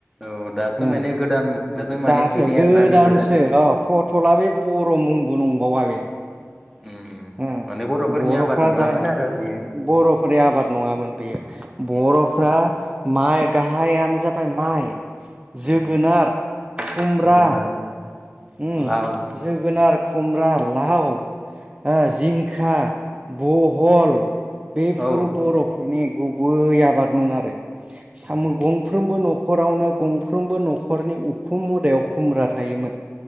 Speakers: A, in the centre; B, on the right.
A: औ दासो
B: उम
A: माने गोदान मुगाजों माने
B: दासो
A: फैनाय
B: गोदानसो
A: आरोना बेफोरो
B: अ फट'ला बे बर' मुं नंबावा बे
A: उम
B: उम
A: माने बर'फोरनि
B: बर'फ्रा
A: आबाद नङामोन
B: जाय
A: आरो बेयो
B: बर'फोरनि आबाद नङामोन बेयो बर'फ्रा,
A: उम
B: माइ गाहायानो जाबाय माइ, जोगोनार
A: उम
B: खुमब्रा
A: जोगोनार
B: उम
A: लाव
B: जोगोनार खुमब्रा लाव ओ जिंखा बहल, बेफोर
A: औ
B: बर'फोरनि गुबै आबादमोन आरो सामो
A: उम
B: गंफ्रोमबो न'ख न'खरावनो गंफ्रोमबो न'खरनि उखुम मुदायाव खुमब्रा थायोमोन,